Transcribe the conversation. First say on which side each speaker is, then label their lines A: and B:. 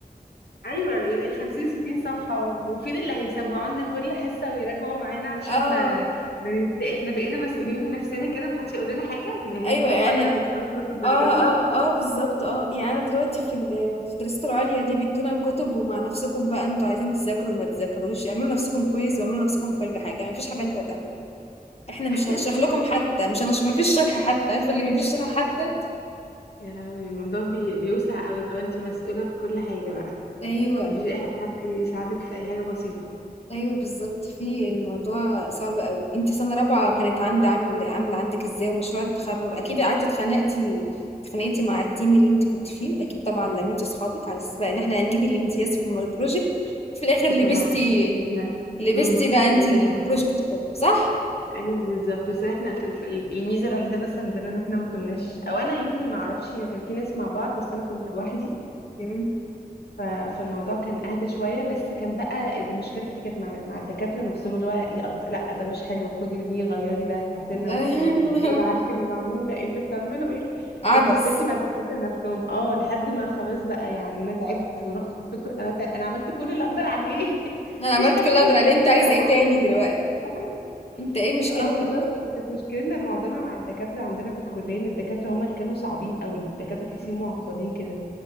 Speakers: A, on the left; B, on the left.
A: ايوه يعني 50 60 صفحه و- وفين اللي هيسمعوا لنا كل حصه ويراجعوا معانا عشان
B: اه
A: ما ما ننسى احنا بقينا مسؤولين من نفسنا كده محدش هيقول لنا حاجه يعني هنيجي
B: ايوه
A: في الفاينل
B: انا
A: وخلاص ناخد درجاتنا
B: اه اه اه بالظبط اه يعني انا دلوقتي في ال- في الدراسات العليا دي بيدونا الكتب ومع نفسكم بقى انتوا عايزين تذاكروا ما تذاكروش اعملوا نفسكم كويس واعملوا نفسكم كل حاجة يعني مفيش حاجة انتوا هتعملوها احنا
A: <laughs>
B: مش هنشرح لكم حتى مش هنشرح مفيش شرح حتى عارفة اللي مفيش شرح حتى
A: يا لهوي الموضوع بي... بيوسع قوي لو انت مسؤولة في كل حاجة بقى
B: ايوه
A: مفيش اي حد حتى يساعدك في اي حاجة بسيطة
B: ايوه بالظبط في الموضوع صعب قوي انتي سنه رابعه كانت
A: <laughs> مم.
B: عند عامل عامله عندك ازاي ومشروع التخرج اكيد قعدتي اتخانقتي اتخانقتي مع التيم اللي انت كنت فيه اكيد طبعا لميتي اصحابك على اساس بقى ان احنا هنجيب الامتياز في الم- البروجكت في الاخر لبستي
A: طبعا اكيد احنا
B: لبستي
A: امم
B: بقى انت
A: ايوه
B: البروجكت
A: ده
B: كله صح
A: ايوه بالظبط بس احنا كان في- الميزة الوحيدة بس عندنا ان احنا ما كناش او انا يمكن ما اعرفش كان في ناس مع بعض بس انا كنت لوحدي
B: مم.
A: ف- فالموضوع كان اهدى شويه بس كان بقى مشكلتي كانت مع, مع الدكاتره نفسهم اللي هو يقط... لا ده مش حلو خدي ارميه غيري ده هاتلنا
B: <laughs>
A: واحد تاني انت ايه العك اللي معمول ده انتوا بتعملوا ايه
B: عبس
A: كانت مشكلتي مع الدكاتره نفسهم اه لحد ما خلاص بقى يعني انا تعبت ورحت قلت للدكتور انا تع... انا عملت كل اللي اقدر عليه <laughs>
B: انا
A: مفيش
B: عملت
A: حاجه
B: كل اللي
A: اي
B: اقدر
A: قامت
B: عليه انت عايز
A: نافعه
B: ايه تاني دلوقتي
A: <laughs>
B: انت ايه مشكلتك
A: اه بالظبط فكانت مشكلتنا معظمها مع الدكاتره عندنا في الكليه ان الدكاتره هم اللي كانوا صعبين قوي الدكاتره تحسيهم
B: مم.
A: معقدين كده